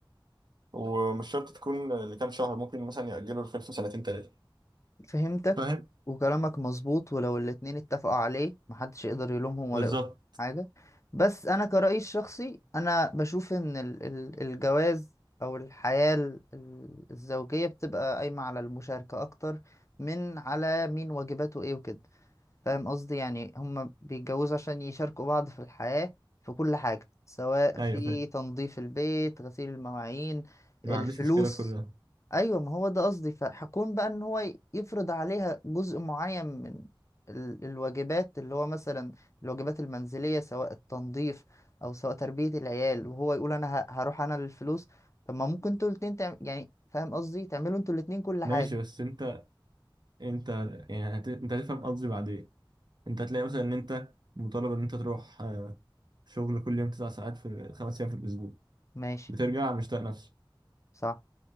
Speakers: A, on the right; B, on the left.
A: ومش شرط تكون لكام شهر ممكن مثلا يأجلوا الخلفه سنتين تلاته
B: فهمتك
A: فاهم
B: وكلامك مظبوط ولو الاتنين اتفقوا عليه محدش يقدر يلومهم ولا
A: بالظبط
B: يقول حاجة بس أنا كرأيي الشخصي أنا بشوف إن ال- ال- الجواز أو الحياة ال- ال- الزوجية بتبقى قايمة على المشاركة أكتر من على مين واجباته إيه وكده فاهم قصدي يعني هما بيتجوزوا عشان يشاركوا بعض في الحياة في كل حاجة سواء في
A: ايوه فاهم
B: تنظيف البيت غسيل المواعين
A: ما
B: الفلوس
A: عنديش مشكله في كل ده
B: ايوه ما هو ده قصدي فهكون بقى ان هو يفرض عليها جزء معين من ال- الواجبات اللي هو مثلا الواجبات المنزليه سواء التنظيف او سواء تربيه العيال وهو يقول انا ه- هروح انا للفلوس طب ما ممكن انتوا الاتنين تعم... يعني فاهم قصدي تعملوا انتوا الاتنين كل حاجه
A: ماشي بس انت انت يعني هت... انت هتفهم قصدي بعدين انت هتلاقي مثلا ان انت مطالب ان انت تروح آه، شغل كل يوم تسع ساعات في خمس ايام في الاسبوع
B: ماشي
A: بترجع مش طايق نفسك
B: صح